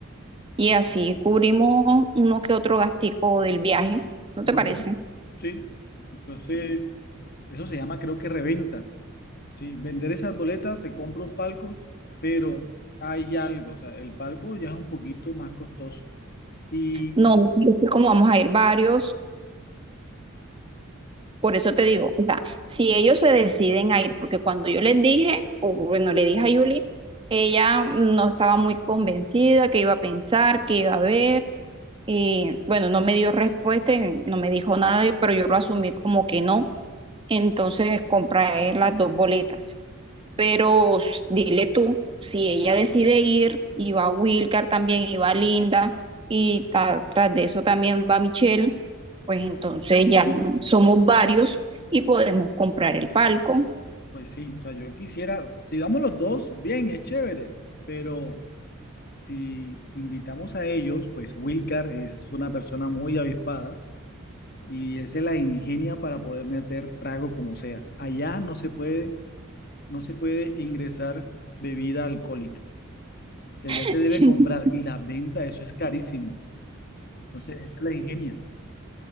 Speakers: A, on the right; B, on the left.
A: y así cubrimos uno que otro gastico del viaje. ¿No te
B: Bueno,
A: parece?
B: sí, entonces, eso se llama, creo que reventa, ¿sí? Vender esas boletas, se compra un palco, pero hay algo, o sea, el palco ya es un poquito más costoso. Y
A: No, es que como vamos a ir varios, Por eso te digo, o sea, si ellos se deciden a ir, porque cuando yo les dije, o bueno, le dije a Yuli, ella no estaba muy convencida, que iba a pensar, que iba a ver, y bueno, no me dio respuesta, y no me dijo nada, y- pero yo lo asumí como que no. Entonces compré las dos boletas. Pero s- dile tú, si ella decide ir, y va Wilcar también, y va Linda, y ta- tras de eso también va Michelle, pues entonces
B: no,
A: ya somos varios y podemos comprar el palco.
B: Pues sí, o sea, yo quisiera, si damos los dos, bien, es chévere, pero si invitamos a ellos, pues Wilcar es una persona muy avispada y él se la ingenia para poder meter trago como sea. Allá no se puede, no se puede ingresar bebida alcohólica, que allá se
A: <laughs>
B: debe comprar y la venta, eso es carísimo. Entonces, él se la ingenia.